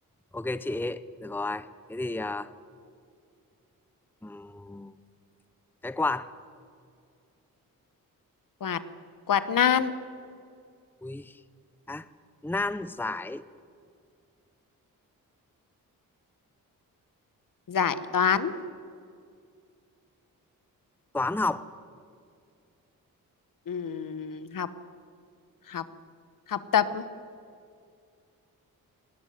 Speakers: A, in the centre; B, on the left.
A: Ok chị, được rồi. Thế thì à, ừm, cái quạt.
B: quạt quạt nan
A: Ui. À, nan giải
B: giải toán
A: toán học
B: Ừm, học học học tập